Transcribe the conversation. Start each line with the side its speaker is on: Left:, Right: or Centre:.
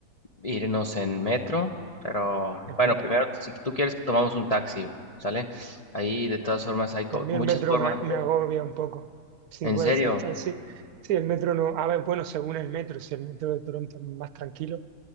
Left: irnos en metro. Pero
Right: Ajá.
Left: bueno, primero, si tú quieres, tomamos un taxi, ¿sale? Ahí de todas formas hay co-
Right: Y a mí
Left: muchas
Right: el metro
Left: formas.
Right: me, me agobia un poco. Si puede
Left: En serio,
Right: ser taxi. Sí, Sí, el metro no. A ver, bueno, según el metro, si el metro de Toronto es más tranquilo,